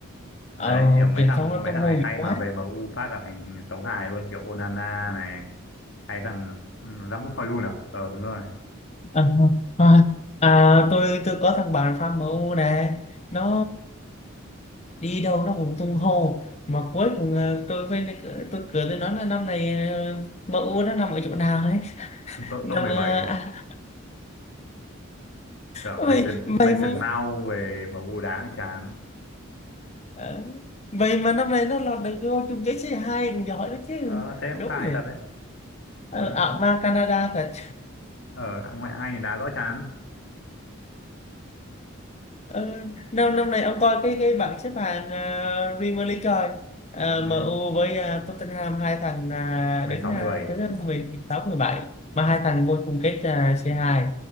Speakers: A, on the left (about 65°); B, on the left (about 30°).
A: đấy
B: Ờ,
A: như là mấy
B: truyền
A: thằng
B: thông nó
A: mấy
B: tung
A: thằng
B: hô
A: hay hay
B: dữ quá
A: mà về MU phát là thành tấu hài luôn kiểu Onana này hay thằng ừ, Rasmus Højlund à ờ đúng rồi
B: Ờ, à, à, tôi tôi có thằng bạn fan MU nè nó đi đâu nó cũng tung hô mà cuối cùng ờ, tôi với tôi cười tôi nói là năm này ờ, MU nó nằm ở chỗ nào ấy
A: top
B: nằm
A: top 17
B: ờ, à,
A: cả
B: vậy
A: Mason
B: vậy
A: Mason
B: mà
A: Mount về em u đá cũng chán
B: ờ, vậy mà năm này nó lọt được vô chung kết C2 cũng giỏi đó chứ
A: ờ, thế cũng
B: đúng
A: tài
B: rồi
A: thật đấy
B: Ờ,
A: mà
B: ở ma Canada thật
A: ở ở ngoại hạng Anh thì đá rõ chán
B: Ừ, năm năm này ông coi cái cái bảng xếp hạng à, Premier League rồi à,
A: ừ,
B: MU với à, Tottenham hai thằng à,
A: 16
B: đứng à,
A: 17
B: thứ 16 17 mà hai thằng vô chung kết à, c hai